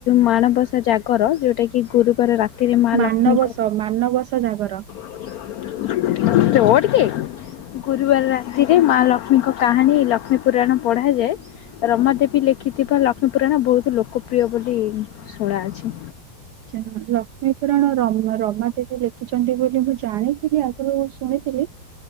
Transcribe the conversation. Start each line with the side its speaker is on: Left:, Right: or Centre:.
Left: ମାଣବସା ଜାଗର ଯୋଉଟା କି ଗୁରୁବାର ରାତ୍ ତିରେ ମା
Right: ମାନବସ
Left: ଲକ୍ଷ୍ମୀଙ୍କ
Right: ମାନବସ ଜାଗର
Left: <inaudible> ରହ ଟିକେ। ଗୁରୁବାର ରାତିରେ ମା ଲକ୍ଷ୍ମୀଙ୍କ କାହାଣୀ ଲକ୍ଷ୍ମୀ ପୁରାଣ ପଢାଯାଏ। ରମା ଦେବୀ ଲେଖିଥିବା ଲକ୍ଷ୍ମୀପୁରାଣ ବହୁତ୍ ଲୋକପ୍ରିୟ ବୋଲି ଶୁଣାଅଛି।
Right: ଯା ଲକ୍ଷ୍ମୀପୁରାଣ ରମ୍ ରମା ଦେବୀ ଲେଖିଚନ୍ତି ବୋଲି ମୁଁ ଜାଣିଥିଲି ଆଗରୁ ଶୁଣିଥିଲି,